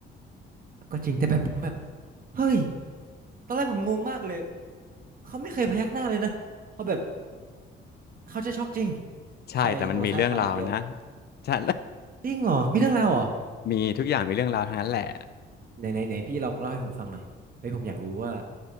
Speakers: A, on the right (about 45°); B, on the left (about 55°).
A: ก็จริงแต่แบบผมแบบเฮ้ยตอนแรกผมงงมากเลยเขาไม่เคยพยักหน้าเลยนะเขาแบบ เขาจะช็อกจริง
B: ใช่แต่มันมีเรื่องราวนะ
A: ใส่หัวซ้ายขวาอย่างเดียว
B: <laughs> ใช่
A: จริงเหรอมีเรื่องราวเหรอ
B: <laughs> มีทุกอย่างมีเรื่องราวทั้งนั้นแหละ
A: ไหนไหนไหนพี่ลองเล่าให้ผมฟังหน่อยเฮ้ยผมอยากรู้ว่า